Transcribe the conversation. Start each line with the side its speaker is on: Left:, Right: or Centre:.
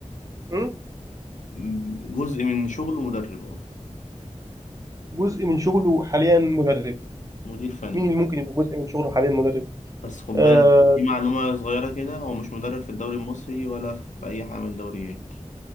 Right: مم؟
Left: م- جزء من شغله مدرب اه
Right: جزء من شغله حاليا مدرب
Left: مدير فني
Right: مين اللي ممكن يبقى جزء من شغله حاليا مدرب؟
Left: بس خد بالك
Right: آه
Left: دي معلومة صغيرة كده هو مش مدرب في الدوري المصري ولا في أي حاجة من الدوريات